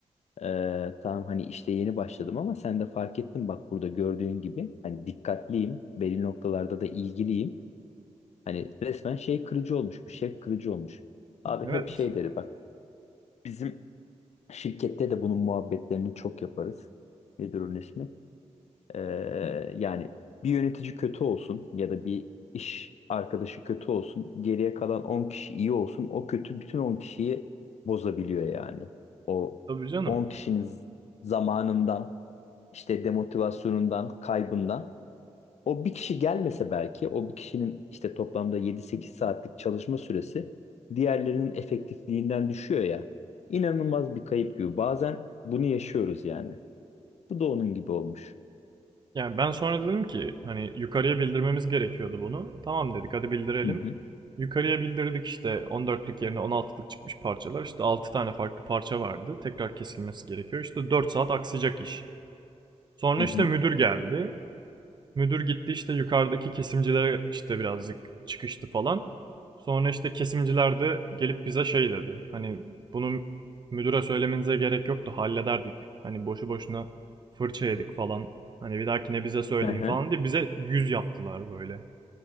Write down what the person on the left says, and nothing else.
eee, tamam hani işte yeni başladım ama sen de fark ettin bak burada gördüğün gibi hani dikkatliyim. Belli noktalarda da ilgiliyim. Hani resmen şey kırıcı olmuş, bu şey kırıcı olmuş. Abi
hep şey deri bak bizim şirkette de bunun muhabbetlerini çok yaparız. Nedir onun ismi? Ee, yani bir yönetici kötü olsun ya da bir iş arkadaşı kötü olsun, geriye kalan 10 kişi iyi olsun, o kötü bütün 10 kişiyi bozabiliyor yani. O
10 kişinin z- zamanından, işte demotivasyonundan, kaybından. O bir kişi gelmese belki, o bir kişinin işte toplamda yedi sekiz saatlik çalışma süresi diğerlerinin efektifliğinden düşüyor ya. İnanılmaz bir kayıp gibi. Bazen bunu yaşıyoruz yani. Bu da onun gibi olmuş.
Hı hı.
Hı
hı.
Hı hı.